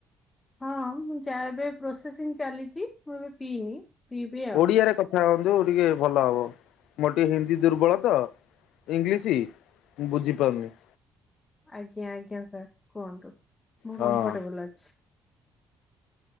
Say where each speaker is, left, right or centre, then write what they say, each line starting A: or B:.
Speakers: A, on the left; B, on the left.
A: ହଁ ମୁଁ ଚା ଏବେ ପ୍ରୋସେସିଂ ଚାଲିଚି ମୁଁ ଏବେ ପିଇନି। ପିଇବି ଆଉ।
B: ଓଡ଼ିଆରେ କଥା ହୁଅ ହନ୍ତୁ ଟିକେ ଭଲ ହବ। ମୋର ଟିକେ ହିନ୍ଦୀ ଦୁର୍ବଳ ତ ଇଂଲିଶ ମୁଁ ବୁଝିପାରୁନି।
A: ଆଜ୍ଞା ଆଜ୍ଞା ସାର୍ କୁହନ୍ତୁ। ମୁଁ
B: ହଁ।
A: କମ୍ଫଟେବୁଲ ଅଛି।